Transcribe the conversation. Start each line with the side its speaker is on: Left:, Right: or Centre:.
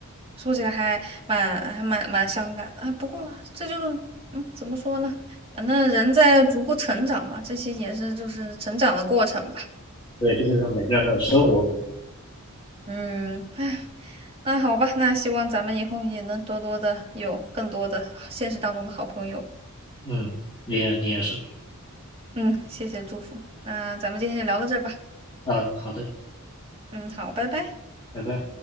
Right: 说起来还蛮还蛮蛮伤感的啊。不过这就嗯，怎么说呢？反正人在逐步成长嘛，这些也是就是成长的过程吧。
Left: 对，这就是每个人的生活嘛，
Right: 嗯，哎，那好吧，那希望咱们以后也能多多的有更多的现实当中的好朋友。
Left: 嗯，你也你也是
Right: 嗯，谢谢祝福。那咱们今天就聊到这儿吧。
Left: 啊，好的，
Right: 嗯，好，拜拜。
Left: 拜拜。